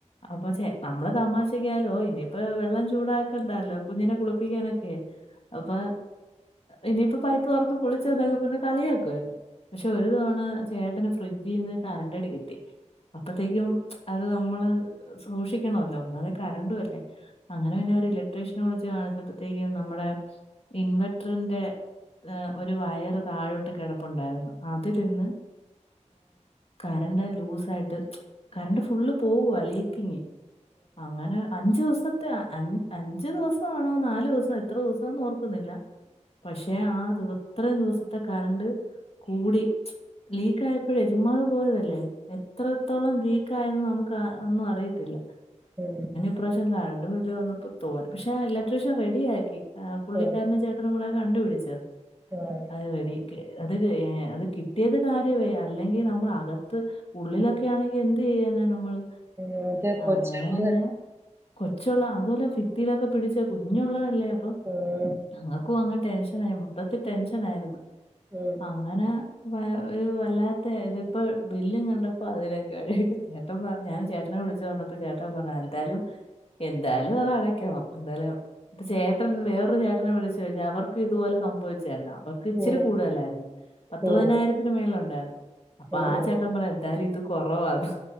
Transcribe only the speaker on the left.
അപ്പൊ ചേ നമ്മള് തമാശക്കായാലും ഓ ഇനിയിപ്പ വെള്ളം ചൂടാക്കണ്ടല്ലോ കുഞ്ഞിനെ കുളിപ്പിക്കാനൊക്കെ അപ്പൊ ഇനിയിപ്പോ പൈപ്പ് തുറന്ന് കുളിച്ചാ മതിയെന്ന് പറഞ്ഞ് കളിയക്കുവായിരുന്നു പക്ഷെ ഒരു തവണ ചേട്ടന് ഫ്രിഡ്ജീന്ന് കറണ്ട്ടി കിട്ടി അപ്പത്തേക്കും അത് നമ്മള് സൂക്ഷിക്കണല്ലോ ഒന്നാമതെ കരണ്ടും അല്ലേ അങ്ങനെ പിന്നെ ഇലക്ട്രിഷ്യനെ വിളിച്ച് കാണിച്ചപ്പോഴത്തേക്കും നമ്മുടെ ഇൻവേർട്ടറിന്റെ ഒരു വയറ് താഴോട്ട് കിടപ്പുണ്ടായിരുന്നു അതിൽനിന്ന് കറണ്ട് ലൂസ് ആയിട്ട് കറണ്ട് ഫുള്ള് പോകുവാ ലീക്കിങ്ങ് അങ്ങനെ അഞ്ചു ദിവസത്തെ അഞ്ചു ദിവസമാണോ നാല് ദിവസോ എത്ര ദിവസംന്ന് ഓർക്കുന്നില്ല പക്ഷെ ആഹ് അത്രയും ദിവസത്തെ കരണ്ട് കൂടി ലീക്ക് ആയപ്പോഴേ ചുമ്മാ പോയതല്ലേ എത്രത്തോളം ലീക്ക ആയെന്ന് നമുക്ക് ഒന്നും അറിയത്തില്ല
ഈപ്രാവശ്യം കറണ്ട് വന്നപ്പോ തോന്നി പക്ഷെ ആ ഇലക്ട്രീഷ്യൻ റെഡിയാക്കി പുള്ളിക്കാരന്
ചെ കണ്ടുപിടിച്ചത്
അത് റെഡി അത് അത് കിട്ടിയത് കാര്യമേ അല്ലെങ്കിൽ നമ്മള അകത്ത് ഉള്ളിലൊക്കെ ആണെങ്കി എന്ത് ചെയ്യാനാ നമ്മള്,
അങ്ങനെ പിന്നെ കൊച്ചുള്ള അതുപോലെ ഫിത്തിയിലൊക്കെ പിടിച്ച കുഞ്ഞുള്ളതല്ലേ അപ്പൊ
ഞങ്ങക്കും അങ് ടെൻഷനായി. മൊത്തത്തി ടെൻഷൻ ആയിരുന്നു
അങ്ങനെ, വാ ഒരു വല്ലാത്ത ഇത്, പ്പ ബില്ലും കണ്ടപ്പോ അതിനെക്കാടി ഹേ ട്ടൻ പ ഞാന് ചേട്ടനെ വിളിച്ചു പറഞ്ഞപ്പോ ചേട്ടൻ പറഞ്ഞു. ആഹ് എന്തായാലും എന്തായാലും അതടക്കണം. എന്തായാലും പ്പ ചേട്ടൻ വേറൊരു ചേട്ടനെ വിളിച്ച അവർക്ക് ഇതുപോലെ സംഭവിച്ചായിരുന്നു അവർക്ക് ഇച്ചിരി
കൂടുതലായിരുന്നു. പത്തുപതിനായിരത്തിന്
മേൾല്ണ്ടായിരുന്നു. അപ്പാചേട്ടൻ
പറയ എന്തായാലും ഇത് കൊറവാണ്